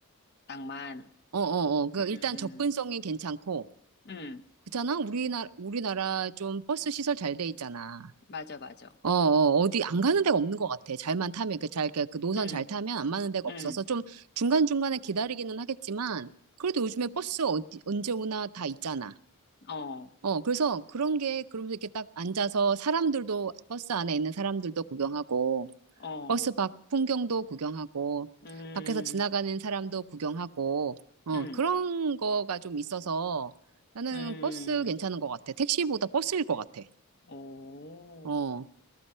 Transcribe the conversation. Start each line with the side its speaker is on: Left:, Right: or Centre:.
Left: 낭만.
Right: 어, 어, 어. 그,
Left: 음,
Right: 일단 접근성이 괜찮고.
Left: 음,
Right: 그렇잖아? 우리나라, 우리나라 좀 버스 시설 잘 돼 있잖아.
Left: 맞아, 맞아.
Right: 어, 어, 어디 안 가는 데가 없는 것 같아. 잘만 타면, 그 잘, 그, 그 노선
Left: 음,
Right: 잘 타면 안 가는 데가 없어서
Left: 음,
Right: 좀 중간중간에 기다리기는 하겠지만, 그래도 요즘에 버스 어디, 언제 오나 다 있잖아.
Left: 어,
Right: 어, 그래서 그런 게, 그러면서 이렇게 딱 앉아서 사람들도, 버스 안에 있는 사람들도 구경하고,
Left: 어,
Right: 버스 밖 풍경도 구경하고,
Left: 음,
Right: 밖에서 지나가는 사람도 구경하고, 어,
Left: 음,
Right: 그런 거가 좀 있어서 나는
Left: 음,
Right: 버스 괜찮은 것 같아. 택시보다 버스일 것 같아.
Left: 오.
Right: 어,